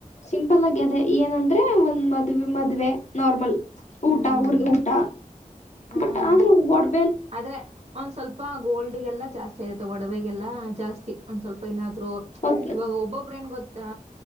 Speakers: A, on the left; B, on the right.
A: ಸಿಂಪಲ್ ಆಗಿ ಅದೇ ಏನಂದ್ರೆ ಒಂದ್ ಮದ್ೆ ಮದ್ವೆ ನಾರ್ಮಲ್
B: ಹ್ಮ್
A: ಊಟ ಊರ್ರಿಗೆ ಊಟ
B: ಹ್ಮ್
A: ಬಟ್ ಆದ್ರೆ ಒಡ್
B: ಆದ್ರೆ ಒಂದ್ ಸ್ವಲ್ಪ ಗೋಲ್ಡ್ಗೆಲ್ಲ ಜಾಸ್ತಿ ಆಗರುತ್ತೆ ಒಡವೆಗೆಲ್ಲ ಜಾಸ್ತಿ ಒಂದ್ ಸ್ವಲ್ಪ ಏನಾದ್ರು
A: ಅದ್
B: ಇವಾಗ ಒಬ್ಬೊಬ್ಬ್ರ ನ್ ಗೊತ್ತಾ